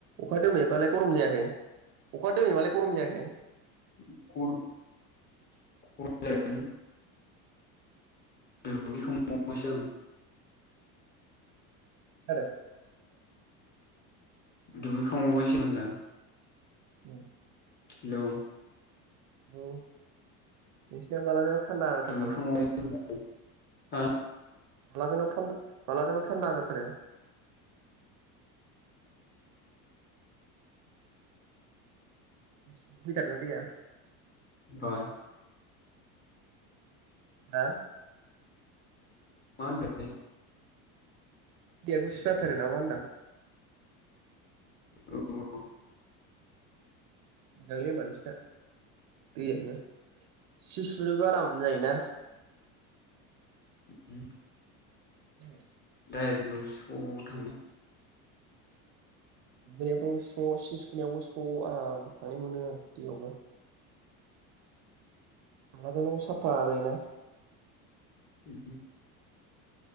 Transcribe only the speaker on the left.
<unintelligible> <unintelligible> सो आं।
दुगैखांबावबायसोमोनदा।
हेल'?
दुगैखांबावबायसो
होनदां हा?
बा
मा होनदोलै?
औ। <inaudible>
<inaudible>
दारेक बैयाव स' थांबाय
<inaudible>